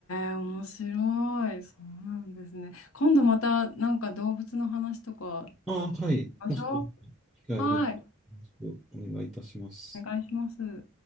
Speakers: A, on the left (about 75°); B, in the centre.
A: え、面白い。そうなんですね。今度またなんか動物の話とかし
B: ああ、はい。
A: ましょう。
B: もし機会ある。
A: はい。
B: お願いいたします。
A: お願いします。